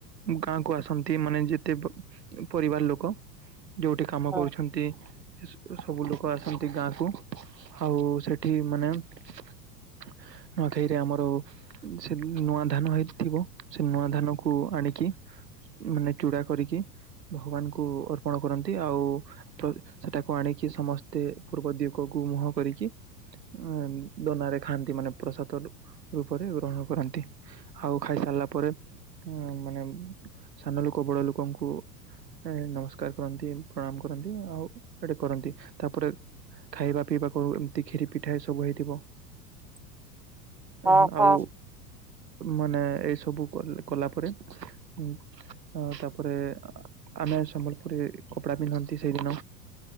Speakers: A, on the right; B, in the centre.
A: ଗାଁକୁ ଆସନ୍ତି। ମାନେ ଯେତେ ପ-ପରିବାର ଲୁକ, ଯୋଉଠି କାମ
B: ହଁ
A: କରୁଛ ତିଁ ସ-ସବୁ ଲୁକ ଆସନ୍ତି ଗାଁ କୁ। ଆଉ ସେଠି ମାନେ ନୂଆଖାଇରେ ଆମର ସେ ନୂଆ ଧାନ ହେଇଥିବ ସେ ନୂଆ ଧାନ କୁ ଆଣିକି ମାନେ ଚୂଡା କରିକି ଭଗବାନଙ୍କୁ ଅର୍ପଣ କରନ୍ତି, ଆଉ ସେଟାକୁ ଆଣିକି ସମସ୍ତେ ପୂର୍ବ ଦିଗକୁ ମୁହଁ କରିକି ଆଁ ଦନାରେ ଖାଆନ୍ତି ମାନେ ପ୍ରସାଦ ରୂପରେ ଗ୍ରହଣ କରନ୍ତି। ଆଉ ଖାଇସାରିଲା ପରେ ମାନେ ସାନ ଲୋକ ବଡ ଲୋକଙ୍କୁ ଏ ନମସ୍କାର କରନ୍ତି ପ୍ରଣାମ କରନ୍ତି ଆଉ ଏଟେ କରନ୍ତି ତାପରେ ଖାଇବା ପିଇବାକୁ ଏମିତି କ୍ଷୀରି ପିଠା ଏ ସବୁ ହେଇଥିବ।
B: <inaudible>
A: ଅ
B: ହଁ
A: ଆଉ ମାନେ ଏଇ ସବୁ କଲା ପରେ ଉଁ ଅ ତାପରେ ଆମେ ସମ୍ବଲପୁରୀ କପଡା ପିନ୍ଧନ୍ତି ସେଇଦିନ।